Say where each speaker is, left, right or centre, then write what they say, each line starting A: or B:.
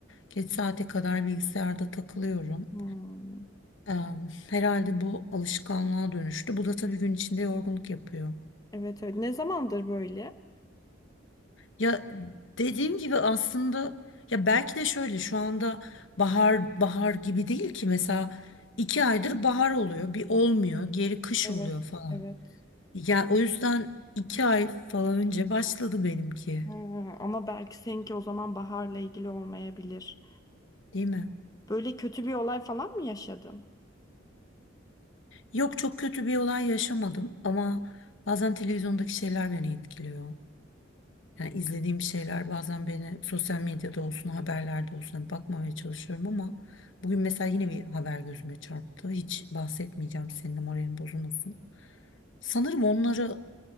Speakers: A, on the left (about 70°); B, on the left (about 20°).
A: geç saate kadar bilgisayarda takılıyorum.
B: Hmm.
A: Em, herhalde bu alışkanlığa dönüştü. Bu da tabii gün içinde yorgunluk yapıyor.
B: Evet evet. Ne zamandır böyle?
A: Ya dediğim gibi aslında ya belki de şöyle şu anda bahar bahar gibi değil ki mesela iki aydır bahar oluyor, bir olmuyor, geri kış
B: Evet,
A: oluyor falan.
B: evet.
A: Ya o yüzden iki ay falan önce başladı benimki,
B: Ha, ama belki seninki o zaman baharla ilgili olmayabilir.
A: değil mi?
B: Böyle kötü bir olay falan mı yaşadın?
A: Yok çok kötü bir olay yaşamadım ama bazen televizyondaki şeyler beni etkiliyor. Yani izlediğim şeyler bazen beni sosyal medyada olsun, haberlerde olsun hani bakmamaya çalışıyorum ama bugün mesela yine bir haber gözüme çarptı. Hiç bahsetmeyeceğim senin de moralin bozulmasın. Sanırım onları